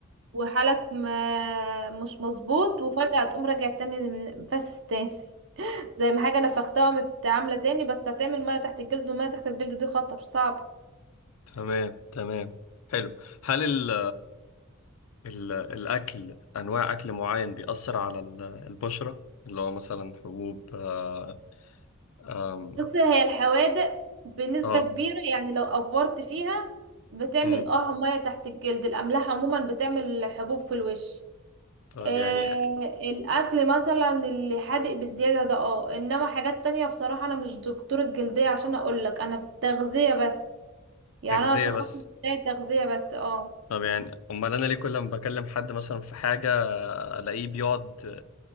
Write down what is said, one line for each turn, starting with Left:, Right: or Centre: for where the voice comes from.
Right: وحالك ما مش مظبوط وفجأة تقوم راجع تاني من- بس تاني <laughs> زي ما حاجة نفختها قامت عاملة تاني بس هتعمل مية تحت الجلد والمية تحت الجلد دي خطر صعب
Left: تمام تمام حلو هل ال... ال... الاكل انواع اكل معين بيأثر على ال- البشره اللي هو مثلا حبوب اه آم،
Right: بص هي الحوادق بنسبة
Left: اه
Right: كبيرة يعني لو أفورت فيها بتعمل
Left: مم.
Right: اه مية تحت الجلد الأملاح عموما بتعمل حبوب في الوش
Left: طيب
Right: آه
Left: يعني
Right: الأكل مثلا اللي حادق بالزيادة ده اه إنما حاجات تانية بصراحة أنا مش دكتور الجلدية عشان أقولك أنا بالتغذية بس يعني
Left: تغذيه
Right: انا التخصص
Left: بس
Right: بتاعي تغذية بس اه
Left: طب يعني امال انا ليه كل ما بكلم حد مثلا في حاجه الاقيه بيقعد